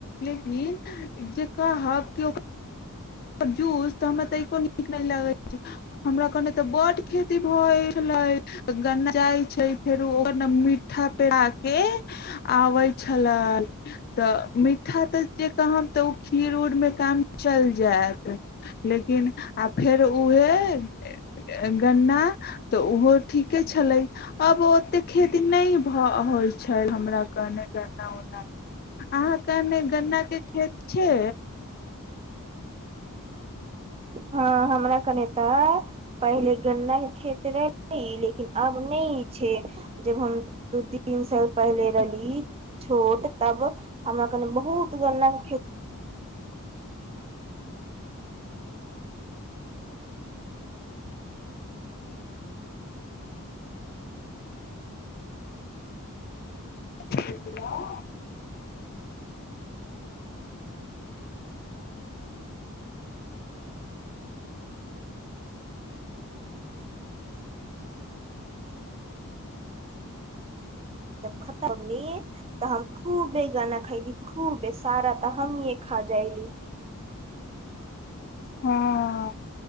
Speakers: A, on the left (about 45°); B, on the right (about 25°).
A: लेकिन जे कहब केओ जूस तऽ हमरा त एको नीक नहि लगैत छै हमरा कने तऽ बड खेती भऽइत छलै गन्ना जाइ छै फेरो ओ ने मिीठ्ठा पेरा के आबैत छले तऽ मिी्ठा तऽ जे कहम तऽ ओ खीर उर मे काम चल जायत लेकिन आ फेर उहे गन्ना तऽ ओहो ठीके छलै अब ओतेक खेती नहि भऽ होइ छल हमरा कहने गन्ना ओन्ना अहाँकेने गन्नाके खेत छै
B: हँ हमरा कने तऽ पहिले गन्ने खेत रहलै लेकिन आब नहि छै जब हम दू तीन साल पहिले रहली छोट तब हमरा कने बहुत गन्नाके खेत
A: <inaudible>
B: जब खतम न तऽ हम खूबे गाना खइली खूबे सारा तऽ हम य खा जाइली
A: हँ